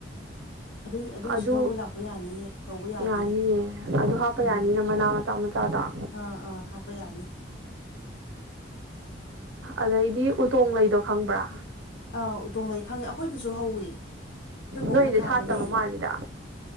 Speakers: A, on the left; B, on the right.
A: ꯑꯗꯨꯏ ꯑꯗꯨꯏꯁꯨ
B: ꯑꯗꯨ
A: ꯂꯧꯕ ꯂꯥꯛꯄ ꯌꯥꯅꯤꯌꯦ ꯇꯧꯕ ꯌꯥꯅꯤꯑ
B: ꯌꯥꯅꯤꯌꯦ ꯑꯗꯨ ꯍꯥꯞꯄ ꯌꯥꯅꯤꯅ
A: ꯎꯝ
B: ꯃꯅꯥ ꯃꯆꯥ ꯃꯆꯥꯗꯣ
A: ꯑꯥ ꯑꯥ ꯍꯥꯞꯄ ꯌꯥꯅꯤ
B: ꯑꯗꯩꯗꯤ ꯎꯇꯣꯡ ꯂꯩꯗꯣ ꯈꯪꯕ꯭ꯔꯥ
A: ꯑꯥ ꯎꯇꯣꯡ ꯂꯩ ꯈꯪꯉꯦ ꯑꯩꯈꯣꯏꯗꯁꯨ ꯍꯧꯋꯦ ꯑꯩꯈꯣꯏꯕꯣꯛꯅ
B: ꯅꯣꯏꯗꯤ
A: ꯊꯥꯕ
B: ꯁꯥꯠꯇꯕ
A: ꯂꯩꯌꯦ
B: ꯃꯥꯜꯂꯤꯗ